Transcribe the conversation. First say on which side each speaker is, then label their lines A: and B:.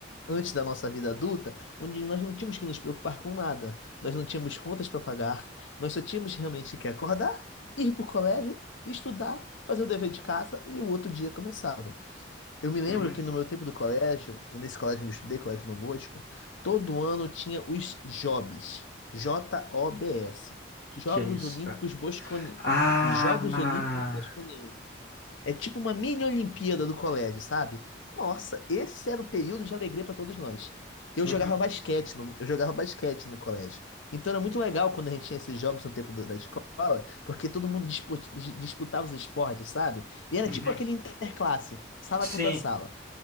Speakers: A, on the left; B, on the left.
A: Antes da nossa vida adulta, onde nós não tínhamos que nos preocupar com nada, nós não tínhamos contas para pagar, nós só tínhamos realmente que acordar, ir para o colégio, estudar, fazer o dever de casa e o outro dia começava. Eu me lembro
B: Uhum.
A: que no meu tempo do colégio, nesse colégio onde eu estudei, Colégio Dom Bosco, todo ano tinha os JOBs, J-O-B-S,
B: Que
A: Jogos
B: que é isso,
A: Olímpicos
B: cara?
A: Bosconi,
B: Ah!
A: os Jogos Olímpicos Bosconianos. É tipo uma mini Olimpíada do colégio, sabe? Nossa, esse era o período de alegria para todos nós. Eu
B: Uhum.
A: jogava basquete no, eu jogava basquete no colégio. Então era muito legal quando a gente tinha esses jogos no tempo do- da escola, porque todo mundo dispu- dis- disputava os esportes, sabe? E era
B: Uhum.
A: tipo aquele interclasse, sala
B: Sim,
A: contra sala.